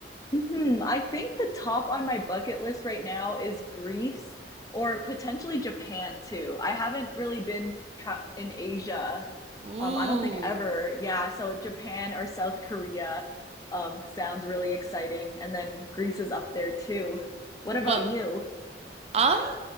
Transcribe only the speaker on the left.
Mhm, I think the top on my bucket list right now is Greece or potentially Japan too. I haven't really been tra in Asia.
Um, I don't think ever. Yeah, so Japan or South Korea um, sounds really exciting. And then Greece is up there too. What about
you?